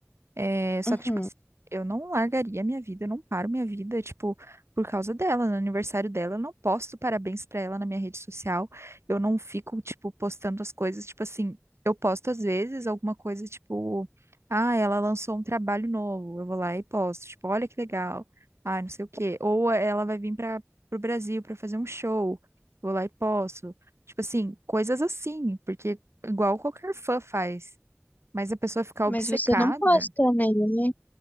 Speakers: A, on the right; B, on the left.
A: É, só
B: Uhum.
A: que, tipo assim, eu não largaria minha vida, eu não paro minha vida, tipo, por causa dela, no aniversário dela, eu não posto parabéns pra ela na minha rede social, eu não fico, tipo, postando as coisas, tipo assim, eu posto às vezes alguma coisa, tipo, ah, ela lançou um trabalho novo, eu vou lá e posto, tipo, olha que legal, ah, não sei o quê, ou ela vai vir para pro Brasil pra fazer um show, vou lá e posto, tipo assim, coisas assim, porque igual qualquer fã faz, mas a pessoa ficar
B: Mas
A: obcecada.
B: você não posta nele, né?